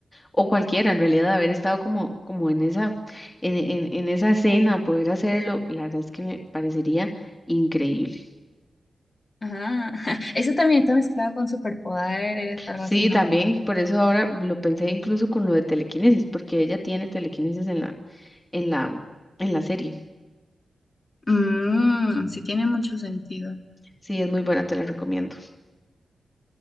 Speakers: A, on the left; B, on the left.
A: o cualquiera, en realidad, haber estado como, como en esa, en, en, en esa escena, poder hacerlo, la verdad es que me parecería increíble.
B: Ah, <laughs> eso también está mezclado con superpoderes, algo
A: Sí,
B: así, ¿no?
A: también, por eso ahora lo pensé incluso con lo de telequinesis, porque ella tiene telequinesis en la, en la, en la serie.
B: Mm, sí tiene mucho sentido.
A: Sí, es muy buena, te la recomiendo.